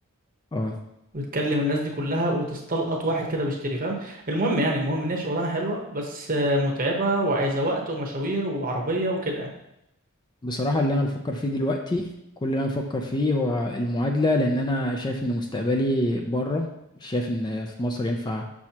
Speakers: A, on the left; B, on the right.
A: اه
B: وتكلم الناس دي كلها وتستلقط واحد كده بيشتري فاهم المهم يعني المهم ان هي شغلانه حلوه بس آه، متعبه وعايزه وقت ومشاوير وعربيه وكده يعني.
A: بصراحة اللي أنا بفكر فيه دلوقتي كل اللي أنا بفكر فيه هو المعادلة لأن أنا شايف إن مستقبلي بره مش شايف إن في مصر ينفع